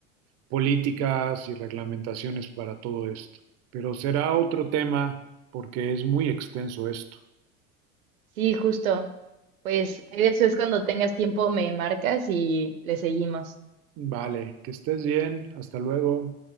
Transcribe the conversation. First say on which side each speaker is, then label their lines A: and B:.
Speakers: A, on the right; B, on the right.
A: políticas y reglamentaciones para todo esto. Pero será otro tema porque es muy extenso esto.
B: Sí, justo. Pues ahí de eso es cuando tengas tiempo me marcas y le seguimos.
A: Vale, que estés bien. Hasta luego.